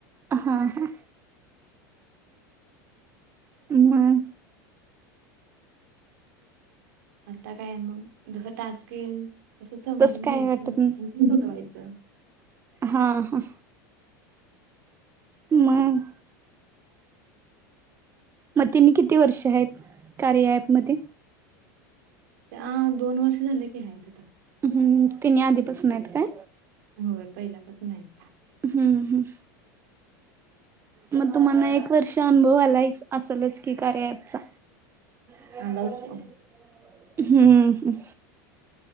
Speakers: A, on the right; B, on the right.
A: हा हा. मग
B: आता काय मंग, जसां टास्क येईल. तसं समजून
A: तस
B: घ्यायचं
A: काय वाटत
B: अनं
A: नाही.
B: <unintelligible>
A: हा हा मग म तिनी किती वर्ष हायेत कार्य ॲप मध्ये
B: त्या दोन वर्ष झाले की हायेत आता
A: हम्म, तिनी आधीपासन येत काय?
B: होयं. पहिल्यापासून आहेत त्या
A: हूं हूं म तुम्हाना एक वर्ष अनुभव आलाय असलच की, कार्या अँपचा. हम्म
B: आलाय की
A: हं